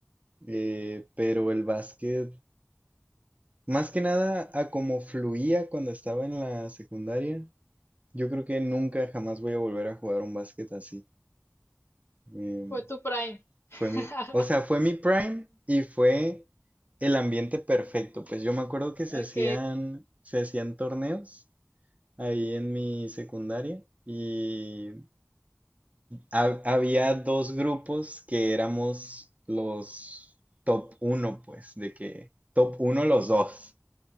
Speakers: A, on the right (about 30°); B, on the left (about 55°).
A: Eh, pero el básquet, más que nada a como fluía cuando estaba en la secundaria, yo creo que nunca jamás voy a volver a jugar un básquet así. Em,
B: Fue tu prime. <laughs>
A: fue mi, o sea, fue mi prime y fue el ambiente perfecto. Pues yo me acuerdo que se
B: Ok,
A: hacían, se hacían torneos ahí en mi secundaria y Ha- había dos grupos que éramos los top uno, pues, de que top uno los dos,